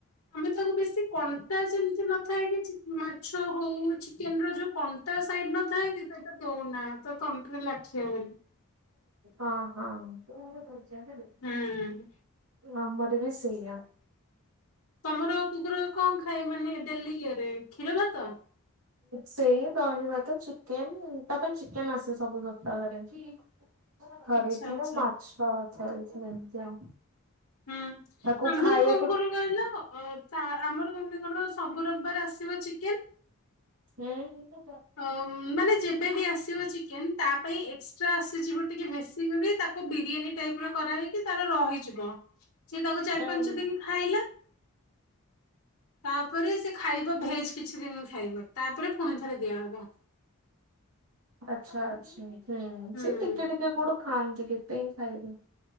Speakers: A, on the left; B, on the right.
A: ଆମେ ତାକୁ ବେଶୀ କଣ୍ଟା ଯେମିତି ନଥାଏ କି। ମାଛ ହଉ ଚିକେନ୍ ର ଯୋଉ କଣ୍ଟା ସାଇଡ ନଥାଏ କି ସେଇଟା ଦଉନା ତ ତଣ୍ଟିରେ ଲାଖି। ସେ ହଁ।
B: ହଁ ହଁ।
A: ହ୍ନୁ।
B: ଆମର ବି ସେୟା।
A: ତମର କୁକୁର କଣ ଖାଏ ମାନେ ଡେଲି ଇଏରେ କ୍ଷୀର ଭାତ?
B: ସେଇ ଦହି ଭାତ ଚିକେନ୍ ତା ପାଇଁ ଚିକେନ୍ ଆସେ ସବୁ ସପ୍ତାହରେ। ଥରେ
A: ଆଚ୍ଛା
B: ଦିଥର
A: ଆଚ୍ଛା
B: ମାଛ ଥରେ ଏମିତି ଆଉ।
A: ହୁଁ
B: ତାକୁ
A: ଆମର
B: ଖାଇବାକୁ
A: କଣ କରୁ କହିଲ ଅଁ ତା ଆମର ମନେକର ସବୁ ରବିବାର ଆସିବ ଚିକେନ୍
B: ହୁଁ
A: ହ ମାନେ ଯେବେବି ଆସିବ ଚିକେନ୍ ତା ପାଇଁ ଏକ୍ସଟ୍ରା ଆସିଯିବ ଟିକେ ବେଶୀ କରି ତା- ତାକୁ ବିରିୟାନୀ ଟାଇପର କରାହେଇକି ତାର ରହିଯିବ ସେ ତାକୁ ଚାରି
B: ଓହୋ।
A: ପାଞ୍ଚ ଦିନ ଖାଇଲା। ତାପରେ ସେ ଖାଇବ ଭେଜ୍ କିଛି ଦିନ ଖାଇବ ତାପରେ ପୁଣି ଥରେ ଦିଆହବ।
B: ଆଛା ଆଛା ହୁଁ
A: ହୁଁ।
B: ସେଇ ଟିକେ ଟିକେ କୋଉଠୁ ଖାଆନ୍ତି କେତେ ଖାଇଦଉ।